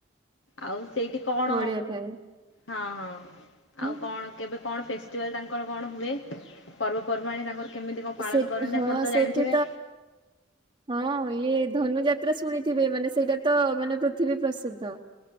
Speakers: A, on the left; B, on the right.
A: ଆଉ ସେଇଟି କଣ
B: ବଢିଆ ଥାଏ।
A: ହଁ ହଁ
B: ହୁଁ,
A: ଆଉ କଣ? କେବେ କଣ ଫେଷ୍ଟିଭାଲ୍ ତାଙ୍କର କଣ ହୁଏ? ପର୍ବପର୍ବାଣି ତାଙ୍କର କେମିତି କଣ ପାଳନ
B: ସେ
A: କରନ୍ତି
B: ହଁ
A: ଆପଣ ତ
B: ସେଠି
A: ଜାଣିଥିବେ?
B: ହଁ ଇଏ ଧନୁ ଯାତ୍ରା ଶୁଣିଥିବେ ମାନେ ସେଇଟା ତ ମାନେ ପୃଥିବୀ ପ୍ରସିଦ୍ଧ।